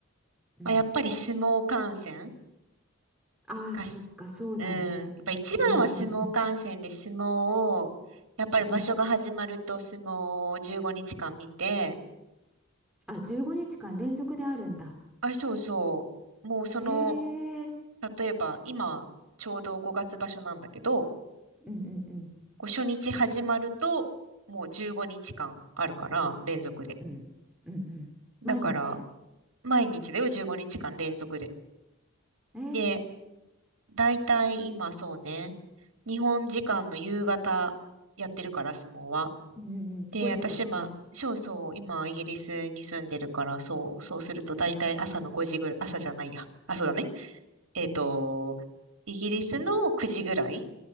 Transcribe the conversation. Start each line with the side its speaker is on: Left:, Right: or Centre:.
Centre: うん、
Right: まあ、やっぱり相撲観戦
Centre: ああ、
Right: がし、
Centre: そっか、そうだね。
Right: うん、やっぱ一番は相撲観戦で相撲を、
Centre: うんうんうん。
Right: やっぱり場所が始まると相撲を15日間見て、
Centre: うん。あ、15日間連続であるんだ。
Right: あ、そうそう、もうその、
Centre: へえ、
Right: 例えば今、ちょうど5月場所なんだけど、
Centre: うん、うん、うん、
Right: こう初日始まると、もう15日間あるから、連続で。
Centre: うん、うん、うん、
Right: だから、
Centre: 毎日
Right: 毎日だよ、15日間連続で。
Centre: ええ、
Right: で、だいたい今そうね、日本時間の夕方やってるから、相撲は。
Centre: うん、うんうん、
Right: で、
Centre: 5時だっけ
Right: 私、まあ、そうそう、今、イギリスに住んでるから、そう、そうすると、だいたい朝の5時ぐらい、朝じゃないや。あ、そうだね。えっと、イギリスの9時ぐらい、